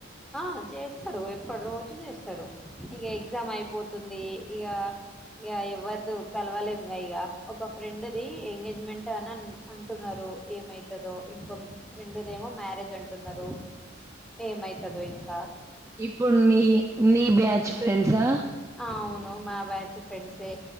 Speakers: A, in the centre; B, on the right (about 15°).
A: ఆ చేస్తారు ఎప్పటి రోజు చేస్తారు ఇక ఎగ్జామ్ అయిపోతుంది ఇగ ఇగ ఎవరిదో కలవలేము ఇగ ఒక ఫ్రెండ్ ది ఎంగేజ్మెంట్ అని అంటున్నారు ఏమైతదో ఇంకో ఫ్రెండ్ ది ఏమో మ్యారేజ్ అంటున్నారు ఏమైతు చదో ఇంకా
B: ఇప్పుడు నీ నీ బ్యాచ్ ఫ్రెండ్సా
A: అవును మా బ్యాచ్ ఫ్రెండ్సే